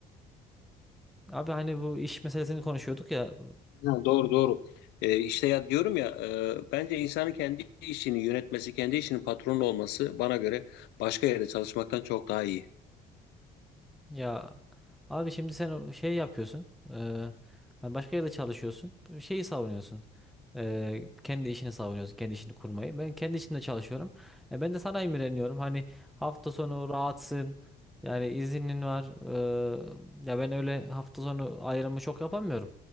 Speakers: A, in the centre; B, on the left.
A: Abi hani bu iş meselesini konuşuyorduk ya.
B: Ha, doğru doğru. Ee, işte ya diyorum ya e, bence insanın kendi işini yönetmesi, kendi işinin patronu olması bana göre başka yerde çalışmaktan çok daha iyi.
A: Ya abi şimdi sen o şey yapıyorsun. e, hani başka yerde çalışıyorsun. bu Şeyi savunuyorsun. e, kendi işini savunuyorsun. Kendi işini kurmayı. Ben kendi işimde çalışıyorum. E, ben de sana imreniyorum. Hani hafta sonu rahatsın. Yani izinin var. e, ya ben öyle hafta sonu ayrımı çok yapamıyorum.